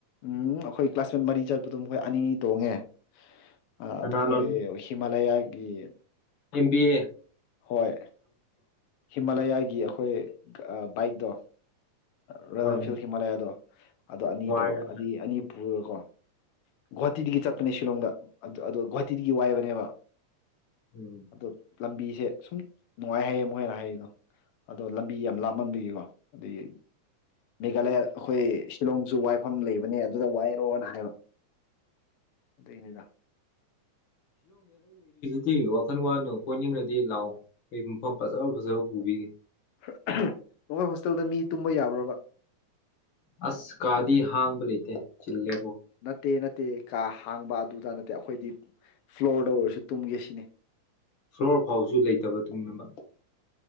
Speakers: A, on the left; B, on the left.
A: ꯎꯝ ꯑꯩꯈꯣꯏ ꯀ꯭ꯂꯥꯁꯃꯦꯠ ꯃꯔꯤ ꯆꯠꯄꯗꯣ ꯃꯈꯣꯏ ꯑꯅꯤꯅꯤ ꯇꯣꯡꯉꯦ ꯑꯗꯣ
B: ꯀꯅꯥꯣ
A: ꯑꯩꯈꯣꯏ ꯍꯤꯃꯥꯂꯌꯥꯒꯤ
B: ꯑꯦ
A: ꯍꯣꯏ ꯍꯤꯃꯥꯂꯌꯥꯒꯤ ꯑꯩꯈꯣꯏ ꯕꯥꯏꯛꯇꯣ ꯔꯣꯌꯦꯜ
B: ꯍꯣꯏ
A: ꯑꯦꯟꯐꯤꯜ ꯍꯤꯃꯥꯂꯌꯥꯗꯣ ꯑꯗꯣ ꯑꯅꯤ
B: ꯋꯥꯏꯔ
A: ꯇꯧꯔ ꯑꯗꯤ ꯑꯅꯤ ꯄꯨꯔꯒꯀꯣ ꯒꯨꯍꯥꯇꯤꯗꯒꯤ ꯆꯠꯄꯅꯦ ꯁꯤꯂꯣꯡꯗ ꯑꯣ ꯒꯨꯍꯥꯇꯤꯗꯒꯤ ꯋꯥꯏꯕꯅꯦꯕ
B: ꯎꯝ
A: ꯑꯗꯣ ꯂꯝꯕꯤꯁꯦ ꯁꯨꯝ ꯅꯨꯡꯉꯥꯏ ꯍꯥꯏꯩꯌꯦ ꯃꯣꯏꯅ ꯍꯥꯏꯔꯤꯗꯣ ꯑꯗꯣ ꯂꯝꯕꯤ ꯌꯥꯝ ꯂꯥꯞꯃꯟꯕꯤꯒꯤꯀꯣ ꯑꯗꯨꯗꯒꯤ ꯃꯦꯘꯂꯌꯥ ꯍꯈꯣꯏ ꯁꯤꯂꯣꯡꯁꯨ ꯋꯥꯏꯐꯝ ꯂꯩꯕꯅꯦ ꯑꯗꯨꯗ ꯋꯥꯏꯔꯣꯅ ꯍꯥꯏꯕ ꯑꯗꯨꯏꯅꯤꯗ
B: ꯇꯤ ꯋꯥꯈꯜ ꯋꯥꯅꯨ ꯀꯣꯏꯅꯤꯡꯔꯥꯗꯤ ꯂꯥꯛꯑꯣ ꯑꯩ ꯃꯐꯝ ꯐꯖꯕ ꯐꯖꯕ ꯄꯨꯕꯤꯒꯦ
A: ꯍ ꯑꯍ ꯅꯈꯣꯏ ꯍꯣꯁꯇꯦꯜꯗ ꯃꯤ ꯇꯨꯝꯕ ꯌꯥꯕ꯭ꯔꯕ
B: ꯑꯁ ꯀꯥꯗꯤ ꯍꯥꯡꯕ ꯂꯩꯇꯦ ꯆꯤꯜꯂꯦ
A: ꯅꯠꯇꯦ ꯅꯠꯇꯦ ꯀꯥ ꯍꯥꯡꯕ ꯑꯗꯨꯗ ꯅꯠꯇꯦ ꯑꯈꯣꯏꯗꯤ ꯐ꯭ꯂꯣꯔꯗ ꯑꯣꯏꯔꯁꯨ ꯇꯨꯝꯒꯦ ꯁꯤꯅꯤ
B: ꯐ꯭ꯂꯣꯔ ꯐꯥꯎꯁꯨ ꯂꯩꯇꯕ ꯇꯨꯡꯅꯕ